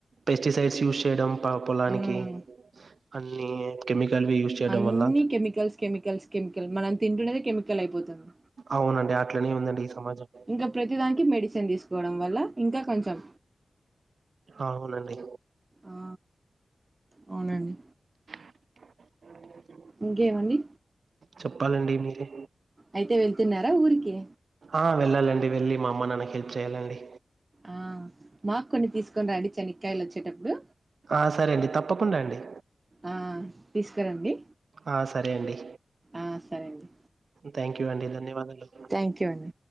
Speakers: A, on the right (about 70°); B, on the right (about 35°).
A: పెస్టిసైడ్స్ యూస్ చేయడం పొలానికి
B: మ్మ్
A: అన్ని కెమికల్వి యూజ్ చేయడం
B: అన్ని
A: వల్ల
B: కెమికల్స్ కెమికల్స్ కెమికల్ మనం తింటున్నది కెమికల్ అయిపోతుంది
A: అవునండి అట్లనే ఉందండి ఈ సమాజం
B: ఇంకా ప్రతిదానికి మెడిసిన్ తీసుకోవడం వల్ల ఇంకా కొంచెం
A: ఆవునండి
B: ఆ అవునండి
A: <unintelligible>
B: ఇంకా ఏం అండి
A: చెప్పాలండి మీరే
B: అయితే వెళ్తున్నారా ఊరికి
A: ఆ వెళ్ళాలండి వెళ్ళి మా అమ్మ నాన్నకు హెల్ప్ చేయ్యాలండి
B: ఆ మాకు కొన్ని తీసుకొని రండి చని కాయలు వచ్చేటప్పుడు
A: ఆ సరే అండి తప్పకుండా అండి
B: ఆ తీసుకురండి
A: ఆ సరే అండి
B: ఆ సరే అండి
A: థ్యాంక్ యూ అండి ధన్యవాదాలు
B: థ్యాంక్ యూ అండి